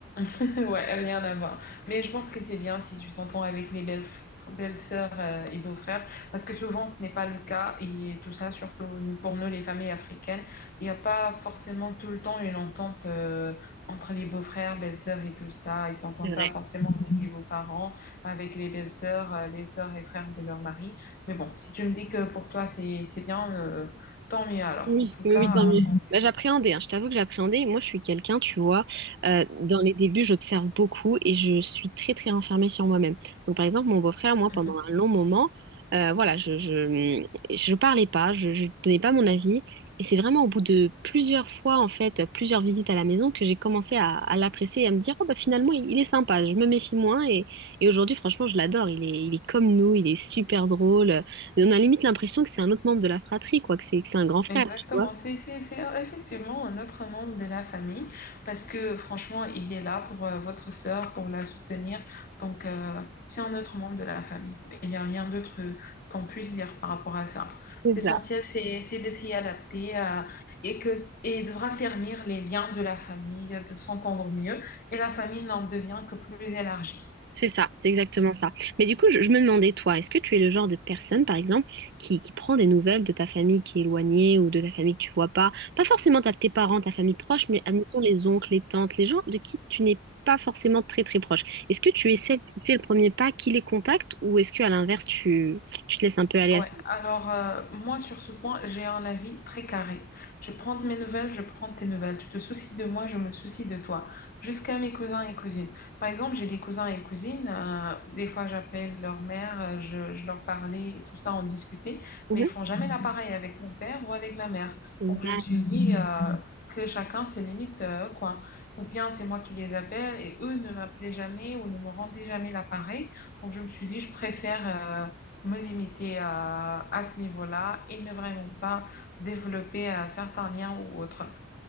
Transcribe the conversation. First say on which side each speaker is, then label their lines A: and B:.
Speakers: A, on the left; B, on the right.
A: <laughs> Ouais, rien à voir. Mais je pense que c'est bien si tu t'entends avec les belles, belles-sœurs euh, et beaux-frères, parce que souvent ce n'est pas le cas, et tout ça, surtout pour nous, les familles africaines, il n'y a pas forcément tout le temps une entente euh, entre les beaux-frères, belles-sœurs et tout ça. Ils s'entendent
B: C'est vrai.
A: pas forcément avec les beaux-parents, avec les belles-sœurs, euh, les sœurs et frères de leur mari. Mais bon, si tu me dis que pour toi c'est c'est bien, euh, tant mieux alors.
B: Oui,
A: En tout
B: oui,
A: cas,
B: oui, tant mieux.
A: tant
B: Bah, j'appréhendais, hein, je t'avoue que j'appréhendais. Moi, je suis quelqu'un, tu vois, euh, dans les débuts, j'observe beaucoup et je suis très, très renfermée sur moi-même. Donc, par exemple, mon beau-frère, moi, pendant
A: mieux.
B: un long moment, euh, voilà, je, je, je parlais pas, je, je donnais pas mon avis. Et c'est vraiment au bout de plusieurs fois, en fait, plusieurs visites à la maison, que j'ai commencé à, à l'apprécier et à me dire, oh, bah, finalement, il, il est sympa, je me méfie moins. Et, et aujourd'hui, franchement, je l'adore. Il est, il est comme nous, il est super drôle. On a limite l'impression que c'est un autre membre de la fratrie, quoi, que c'est que c'est un grand frère
A: Exactement,
B: tu vois.
A: c'est c'est- c'est effectivement un autre membre de la famille parce que franchement, il est là pour euh, votre sœur, pour la soutenir. Donc, euh, c'est un autre membre de la famille. Il n'y a rien d'autre qu'on puisse dire par rapport à ça.
B: C'est
A: L'essentiel,
B: ça,
A: c'est c'est de s'y adapter euh, et, que, et de raffermir les liens de la famille, de s'entendre mieux. Et la famille n'en devient que plus élargie.
B: c'est ça, c'est exactement ça. Mais du coup, je, je me demandais, toi, est-ce que tu es le genre de personne, par exemple, qui, qui prend des nouvelles de ta famille qui est éloignée ou de ta famille que tu vois pas, pas forcément ta- tes parents, ta famille proche, mais admettons les oncles, les tantes, les gens de qui tu n'es pas forcément très très proche. Est-ce que tu es celle qui fait le premier pas, qui les contacte, ou est-ce que à l'inverse, tu, tu te laisses un peu aller à
A: Ouais,
B: ce
A: alors euh, moi sur ce point, j'ai un avis très carré. Tu prends de mes nouvelles, je prends de tes nouvelles. Tu te soucies de moi, je me soucie de toi. Jusqu'à mes cousins et cousines. Par exemple, j'ai des cousins et cousines. euh, des fois, j'appelle leur mère, euh, je, je leur parlais et tout ça, on discutait.
B: Mhm.
A: Mais ils font jamais la pareille avec mon père ou avec ma mère.
B: niveau-là
A: Donc je me suis dit euh, que chacun ses limites, euh, quoi. Ou bien c'est moi qui les appelle et eux ne m'appelaient jamais ou ne me rendaient jamais l'appareil. Donc je me suis dit, je préfère... euh, me limiter à, à ce niveau-là et ne vraiment pas développer euh, certains liens ou autres.